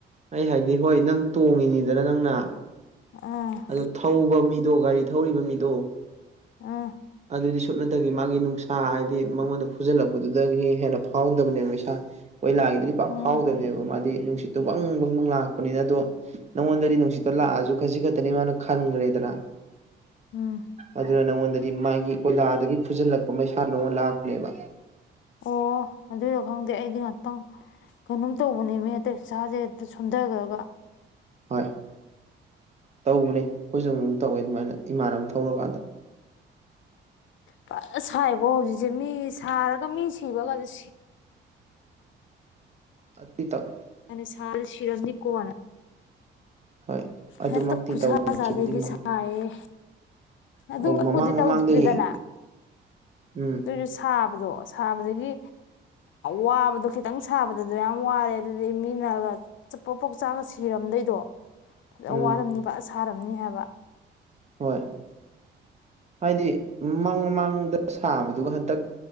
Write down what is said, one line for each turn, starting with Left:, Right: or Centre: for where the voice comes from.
Right: ꯑꯩ ꯍꯥꯏꯗꯤ ꯍꯣꯏ ꯅꯪ ꯇꯣꯡꯉꯤꯅꯤꯗꯅ ꯅꯪꯅ
Left: ꯑ
Right: ꯑꯗꯣ ꯊꯧꯕ ꯃꯤꯗꯣ ꯒꯥꯔꯤ ꯊꯧꯔꯤꯕ ꯃꯤꯗꯣ
Left: ꯎꯝ
Right: ꯑꯗꯨꯗꯤ ꯁꯨꯞꯅꯇꯒꯤ ꯃꯥꯒꯤ ꯅꯨꯡꯁꯥ ꯍꯥꯏꯗꯤ ꯃꯉꯣꯟꯗ ꯐꯨꯖꯜꯂꯛꯄꯗꯨꯗꯒꯤ ꯍꯦꯟꯅ ꯐꯥꯎꯗꯕꯅꯦꯕ ꯃꯩꯁꯥ ꯀꯣꯏꯂꯥꯒꯤꯗꯨꯗꯤ ꯄꯥꯛ
Left: ꯎꯝ
Right: ꯐꯥꯎꯗꯕꯅꯦꯕ ꯃꯥꯗꯤ ꯅꯨꯡꯁꯤꯠꯇꯣ ꯕꯪ ꯕꯪꯕꯪ ꯂꯥꯛꯄꯅꯤꯅ ꯑꯗꯣ ꯅꯪꯉꯣꯟꯗꯗꯤ ꯅꯨꯡꯁꯤꯠꯇꯣ ꯂꯥꯛꯑꯁꯨ ꯈꯖꯤꯈꯛꯇꯅꯤ ꯃꯥꯅ ꯈꯟꯈ꯭ꯔꯦꯗꯅ
Left: ꯎꯝ
Right: ꯑꯗꯨꯅ ꯅꯪꯉꯣꯟꯗꯗꯤ ꯃꯥꯒꯤ ꯀꯣꯏꯂꯥꯗꯒꯤ ꯐꯨꯖꯜꯂꯛꯄ ꯃꯩꯁꯥ ꯅꯉꯣꯟ ꯂꯥꯛꯄꯅꯦꯕ
Left: ꯑꯣ ꯑꯗꯨꯏꯔꯣ ꯈꯪꯗꯦ ꯑꯩꯗꯤ ꯉꯥꯛꯇꯪ ꯀꯩꯅꯣꯝ ꯇꯧꯕꯅꯦꯃꯦ ꯍꯦꯛꯇ ꯏꯁꯥꯥꯁꯦ ꯁꯣꯟꯊꯈ꯭ꯔꯒ
Right: ꯍꯣꯏ ꯇꯧꯕꯅꯦ ꯑꯩꯈꯣꯏꯁꯨ ꯑꯃꯨꯛ ꯃꯨꯛ ꯇꯧꯋꯦ ꯑꯗꯨꯃꯥꯏꯅ ꯏꯃꯥꯟꯅꯕ ꯊꯧꯔꯀꯥꯟꯗ
Left: ꯐꯖꯅ ꯁꯥꯏꯕꯣ ꯍꯧꯖꯤꯛꯁꯦ ꯃꯤ ꯁꯥꯔꯒ ꯃꯤ ꯁꯤꯕꯒꯗꯣ ꯁꯤ
Right: ꯑꯗꯤ ꯇꯧ
Left: ꯃꯥꯅꯤ ꯁꯔꯗꯤ ꯁꯤꯔꯝꯅꯤ ꯀꯣꯟꯅꯥ
Right: ꯍꯣꯏ ꯑꯗꯨꯃꯛꯇꯤ
Left: ꯍꯦꯛꯇꯥ ꯈꯨꯁꯥ
Right: ꯇꯧꯗ꯭ꯔꯤꯕꯗꯤ
Left: ꯆꯗꯒꯩ
Right: ꯃꯥꯜ
Left: ꯁꯔꯦꯍꯦ ꯑꯗꯨꯃꯛꯄꯨꯗꯤ
Right: ꯑꯧ ꯃꯃꯥꯡ
Left: ꯇꯧꯗꯔ꯭ꯤꯗꯅ
Right: ꯃꯃꯥꯡꯗꯒꯤ ꯎꯝ
Left: ꯑꯩꯖꯨ ꯁꯥꯕꯗꯣ ꯁꯥꯕꯗꯒꯤ ꯋꯥꯕꯗꯣ ꯈꯤꯇꯪ ꯈꯤꯇꯪ ꯁꯥꯕꯗ ꯑꯗꯨꯌꯥꯝ ꯋꯥꯔꯦ ꯑꯗꯨꯗꯤ ꯃꯤꯅꯒ ꯆꯞꯄꯣ ꯄꯣꯛ ꯆꯥꯒ ꯁꯤꯔꯝꯗꯣꯏꯗꯣ ꯐꯖ
Right: ꯎꯝ
Left: ꯋꯥꯔꯝꯅꯤꯕ ꯑ ꯁꯥꯔꯝꯅꯤ ꯍꯥꯏꯕ
Right: ꯍꯣꯏ ꯍꯥꯏꯗꯤ ꯃꯃꯥꯡ ꯃꯃꯥꯡꯗ ꯁꯥꯕꯗꯨꯒ ꯍꯟꯇꯛ